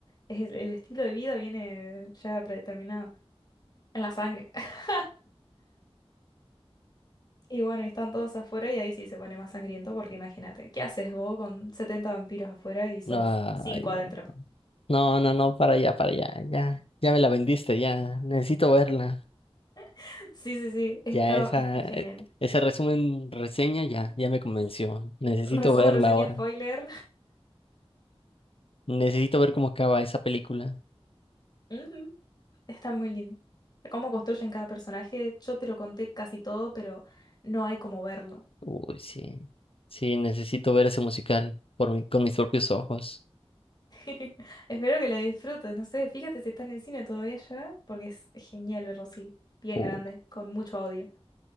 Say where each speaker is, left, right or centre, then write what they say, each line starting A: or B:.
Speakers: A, on the left (about 40°); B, on the left (about 65°).
A: es el, el estilo de vida viene ya predeterminado en la sangre. <laughs> Y bueno, y están todos afuera y ahí sí se pone más sangriento porque imagínate, ¿qué haces vos con 70 vampiros afuera y sos
B: Ay,
A: cinco adentro?
B: no. No, no, no, para allá, para allá. Ya, ya me la vendiste, ya. Necesito verla.
A: <laughs> Sí, sí, sí, está,
B: Ya esa,
A: es muy
B: eh,
A: genial.
B: ese resumen, reseña, ya, ya me convenció. Necesito
A: Resumen,
B: verla
A: reseña,
B: ahora.
A: spoiler.
B: Necesito ver cómo acaba esa película.
A: <laughs> Ujú, Está muy lindo. Cómo construyen cada personaje, yo te lo conté casi todo, pero no hay como verlo.
B: Uy, sí. Sí, necesito ver ese musical por mi- con mis propios ojos.
A: <laughs> Espero que la disfrutes, no sé, fíjate si está en el cine todavía ya, porque es genial verlo así, bien
B: Uh,
A: grande, con mucho audio.